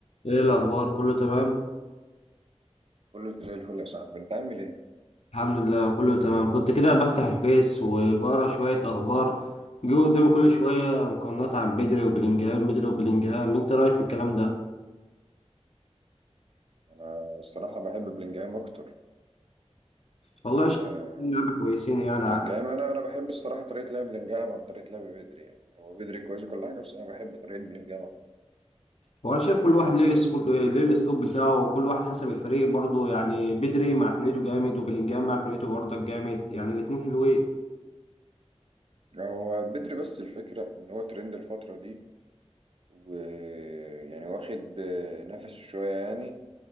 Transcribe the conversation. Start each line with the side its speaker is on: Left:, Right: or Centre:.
Left: ايه الاخبار كله تمام
Right: كله زي الفل يا صاحبي انت عامل ايه
Left: الحمد لله كله تمام كنت كده بفتح الفيس وبقرا شويه اخبار جه قدامي كل شويه مقارنات عن بدري وبلينجهام بدري وبلينجهام انت رايك في الكلام ده
Right: انا الصراحه بحب بلينجهام اكتر
Left: والله
Right: لان
Left: شايف إن لعيبه كويسين يعني عاد.
Right: بلينجهام انا انا بحب الصراحه طريقه لعب بلينجهام عن طريقه لعب بدري يعني هو بدري كويس وكل حاجه بس انا بحب طريقه بلينجهام اكتر
Left: وانا شايف كل واحد ليه السبو- ليه الاسلوب بتاعه وكل واحد حسب الفريق برضه يعني بدري مع فرقته جامد وبلينجهام مع فرقته برضه جامد يعني الاتنين حلوين
Right: هو بدري بس الفكره ان هو ترند الفتره دي ويعني واخد آه، نفسه شويه يعني